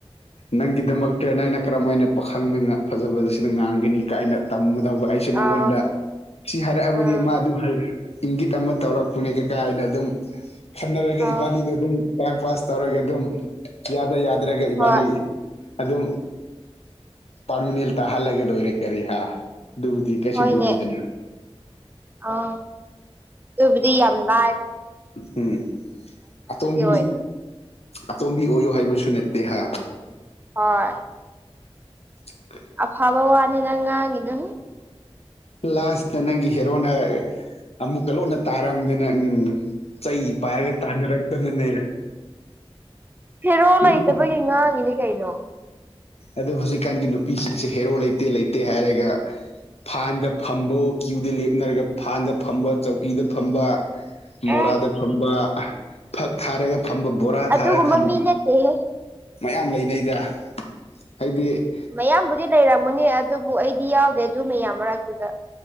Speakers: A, on the left (about 75°); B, on the right (about 20°).
A: ꯅꯪꯒꯤꯗꯃꯛꯇ ꯅꯪꯅ ꯀꯔꯝ ꯍꯥꯏꯅ ꯄꯥꯈꯪꯅ ꯐꯖꯕꯕꯁꯤꯗ ꯉꯥꯡꯒꯅꯤ ꯀꯥꯏꯅ ꯇꯝꯒꯗꯧꯕ ꯑꯩꯁꯨ ꯅꯪꯉꯣꯟꯗ
B: ꯑꯥ
A: ꯁꯤ ꯍꯥꯏꯔꯛꯑꯕꯗꯤ
B: ꯑꯥ
A: ꯃꯥꯗꯨ ꯍꯥꯏ ꯏꯪꯒꯤꯠ ꯑꯃ ꯇꯧꯔꯛꯄꯅꯦ ꯀꯥꯏꯅ ꯑꯗꯨꯝ ꯈꯟꯅꯔꯒ
B: ꯑꯥ
A: ꯏꯕꯥꯅꯤꯗꯣ ꯑꯗꯨꯝ ꯇꯥꯏꯝ ꯄꯥꯁ ꯇꯧꯔꯒ ꯑꯗꯨꯝ ꯌꯥꯗ ꯌꯥꯗ꯭ꯔꯒ ꯏꯕꯥꯅꯤ
B: ꯍꯣꯏ
A: ꯑꯗꯨꯝ ꯄꯥꯔꯃꯤꯅꯦꯜ ꯇꯥꯍꯜꯂꯒ ꯂꯣꯏꯔꯦ ꯀꯔꯤ ꯍꯥ ꯑꯗꯨꯕꯨꯗꯤ ꯀꯩꯁꯨ
B: ꯍꯣꯏꯅꯦ
A: ꯂꯨꯗꯦꯗꯅ
B: ꯑꯥ ꯑꯗꯨꯕꯨꯗꯤ ꯌꯥꯝ ꯂꯥꯏꯕꯅꯦ
A: ꯎꯝ ꯑꯇꯣꯝꯕꯤ
B: ꯑꯣꯏꯅ
A: ꯑꯇꯣꯝꯕꯤ ꯑꯣꯏꯌꯣ ꯍꯥꯏꯕꯁꯨ ꯅꯠꯇꯦ ꯍꯥ
B: ꯍꯣꯏ
A: <inaudible>
B: ꯑꯐꯕ ꯋꯥꯅ‌ꯦ ꯅꯪ ꯉꯥꯡꯉꯤꯗꯨ
A: ꯂꯥꯁꯇ ꯅꯪꯒꯤ ꯍꯦꯔꯣꯅ ꯑꯃꯨꯛꯀ ꯂꯣꯟꯅ ꯇꯥꯔꯝꯗꯅ ꯎꯝ ꯆꯩ ꯄꯥꯏꯔꯒ ꯇꯥꯟꯅꯔꯛꯇꯅꯅꯦ
B: ꯍ‌ꯦꯔꯣ
A: ꯅꯪ
B: ꯂꯩꯇꯕꯒꯤ ꯉꯥꯡꯉꯤꯅꯦ ꯀꯩꯅꯣ
A: ꯑꯗ‌ꯣ ꯍꯧꯖꯤꯛꯀꯥꯟꯒꯤ ꯅꯨꯄꯤꯁꯤꯡꯁꯦ ꯍꯦꯔꯣ ꯂꯩꯇꯦ ꯂꯩꯇꯦ ꯍꯥꯏꯔꯒ ꯐꯥꯟꯗ ꯐꯝꯕꯣ ꯀ꯭ꯌꯨꯗ ꯂꯦꯞꯅꯔꯒ ꯐꯥꯟꯗ ꯐꯝꯕ ꯆꯧꯀꯤꯗ ꯐꯝꯕ ꯃꯣꯔꯥꯗ
B: ꯑꯦ
A: ꯐꯝꯕ ꯐꯛ ꯊꯥꯔꯒ ꯐꯝꯕ ꯕꯣꯔꯥ
B: ꯑꯗꯨꯒꯨꯝꯕ
A: ꯊꯥꯔ ꯊꯝ
B: ꯃꯤ ꯅꯠꯇꯦꯍꯦ
A: ꯃꯌꯥꯝ ꯂꯩꯅꯩꯗ ꯑꯩꯗꯤ
B: ꯃꯌꯥꯝꯕꯨꯗꯤ ꯂꯩꯔꯝꯒꯅꯤ ꯑꯗꯨꯕꯨ ꯑꯩꯗꯤ ꯌꯥꯎꯗꯦ ꯑꯗꯨ ꯃꯌꯥꯝ ꯃꯔꯛꯇꯨꯗ